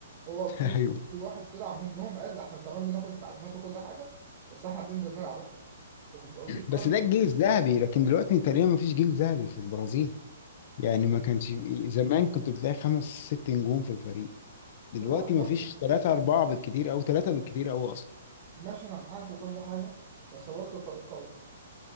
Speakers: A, on the right; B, on the left.
A: هو
B: <laughs>
A: في
B: ايوه
A: في واحد طلع منهم قال احنا تمام بناخد التعليمات وكل حاجه بس احنا بننزل نلعب احنا ود- ودي كانت
B: بس ده الجيل الذهبي لكن دلوقتي تقريبا ما فيش جيل ذهبي في البرازيل يعني ما كانش زمان كنت بتلاقي خمس ست نجوم في الفريق دلوقتي
A: دلوقتي برضو
B: ما فيش ثلاثه اربعه بالكتير او ثلاثه بالكتير او اصلا
A: ماشي انا معاك وكل حاجه بس برضو فريق قوي